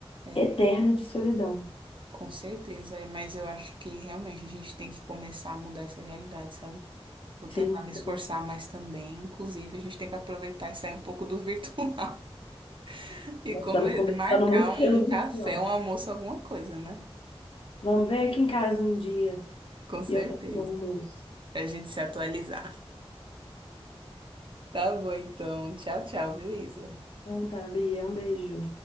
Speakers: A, on the right; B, on the left.
A: é.
B: eterno de solidão.
A: Com certeza, é, mas eu acho que realmente a gente tem que começar a mudar essa realidade, sabe? Vou
B: Sim,
A: tentar me
B: também.
A: esforçar mas também. Inclusive, a gente tem que aproveitar e sair um pouco do virtual <laughs> e
B: Nós
A: come-
B: estamos conversando
A: marcar
B: muito
A: um
B: pelo
A: café,
B: virtual.
A: um almoço, alguma coisa, né?
B: Vamos ver aqui em casa um dia
A: Com certeza.
B: e eu faço um almoço.
A: Pra gente se atualizar. Tá bom, então. Tchau, tchau, viu, Isa?
B: Então tá, Bia, um beijo.